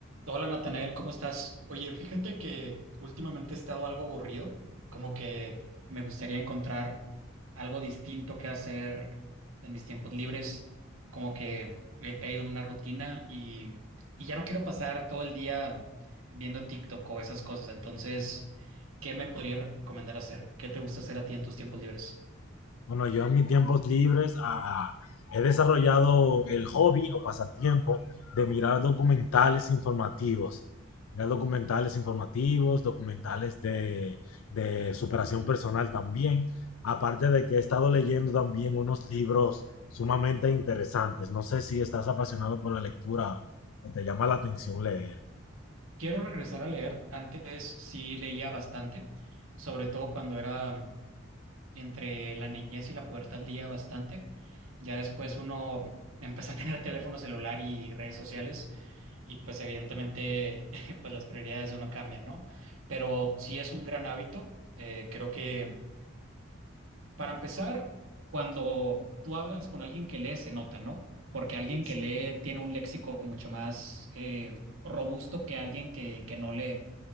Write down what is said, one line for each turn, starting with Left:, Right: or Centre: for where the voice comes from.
Right: Hola Natanael, ¿cómo estás? Oye, fíjate que últimamente he estado algo aburrido, como que me gustaría encontrar algo distinto que hacer en mis tiempos libres, como que he caído en una rutina y, y ya no quiero pasar todo el día viendo TikTok o esas cosas, entonces, ¿qué me podría recomendar hacer? ¿Qué te gusta hacer a ti en tus tiempos libres?
Left: Bueno, yo en mis tiempos libres ah, ah, he desarrollado el hobby o pasatiempo de mirar documentales informativos. Mirar documentales informativos, documentales de, de superación personal también. Aparte de que he estado leyendo también unos libros sumamente interesantes. No sé si estás apasionado por la lectura o te llama la atención leer.
Right: Quiero regresar a leer, antes sí leía bastante, sobre todo cuando era entre la niñez y la pubertad lía bastante. Ya después uno empezó a tener <laughs> teléfono celular y redes sociales y pues evidentemente <laughs> pues las prioridades de uno cambian, ¿no? Pero sí es un gran hábito. Eh, creo que para empezar, cuando tú hablas con alguien que lee, se nota, ¿no? Porque alguien
Left: Sí, sí.
Right: que lee tiene un léxico mucho más eh, robusto que alguien que, que no lee.